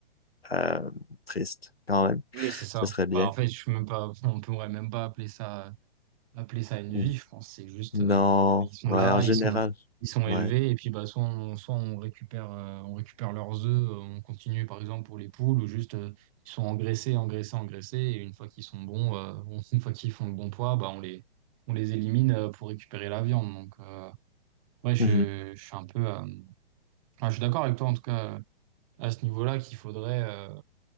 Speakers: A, on the left; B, on the right.
A: euh, triste quand même.
B: Oui, c'est ça.
A: Ce serait bien.
B: Bah, en fait, je suis même pas, <laughs> on pourrait même pas appeler ça, appeler ça une
A: Mm.
B: vie, je pense. C'est juste,
A: Non,
B: euh, ils sont
A: ouais,
B: là,
A: en général,
B: ils sont, ils sont
A: ouais.
B: élevés, et puis, bah, soit on, soit on récupère, euh, on récupère leurs œufs, euh, on continue, par exemple, pour les poules, ou juste, euh, ils sont engraissés, engraissés, engraissés, et une fois qu'ils sont bons, euh, <laughs> on- une fois qu'ils font le bon poids, bah, on les, on les élimine, euh, pour récupérer la viande. Donc, euh, ouais, je,
A: Mhm,
B: je suis un peu, euh, enfin, je suis d'accord avec toi, en tout cas, à ce niveau-là, qu'il faudrait, euh,